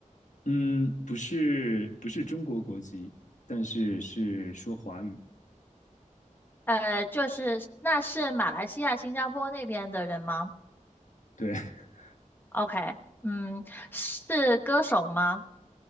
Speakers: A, on the left; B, on the left.
A: 嗯，不是不是中国国籍，但是是说华语，
B: 呃，就是那是马来西亚、新加坡那边的人吗
A: 对 <laughs>
B: ？OK，嗯，是歌手吗？